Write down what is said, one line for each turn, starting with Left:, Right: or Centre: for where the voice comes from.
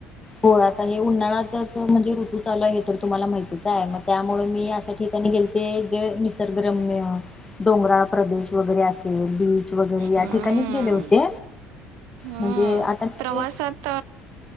Left: हो आता हे उन्हाळा तर म्हणजे ऋतू चालू आहे हे तर तुम्हाला माहितीच आहे मग त्यामुळे मी अशा ठिकाणी गेलते जे निसर्ग्रम्य डोंगराळ प्रदेश वगैरे असतील बीच वगैरे
Right: हम्म
Left: या ठिकाणीच गेले होते.
Right: हम्म
Left: म्हणजे आता मी
Right: प्रवासात